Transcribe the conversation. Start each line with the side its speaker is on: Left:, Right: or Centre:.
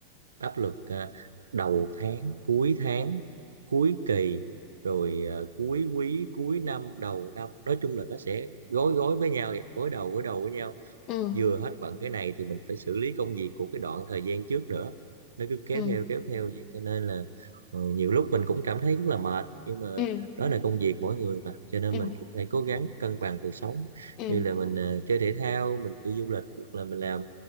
Right: áp lực à, đầu tháng cuối tháng cuối kỳ rồi à, cuối quý cuối năm đầu năm nói chung là nó sẽ gối gối với nhau vậy, gối đầu gối đầu với nhau
Left: ừ
Right: vừa hết bận cái này thì mình phải xử lý công việc của cái đoạn thời gian trước nữa nó cứ kéo
Left: ừ
Right: theo kéo theo vậy cho nên là ờ, nhiều lúc mình cũng cảm thấy rất là mệt nhưng mà
Left: ừ
Right: đó là công việc mỗi người mà cho nên
Left: ừ
Right: mình cũng phải cố gắng cân bằng cuộc sống
Left: ừ
Right: như là mình ờ, chơi thể thao mình đi du lịch hoặc là mình làm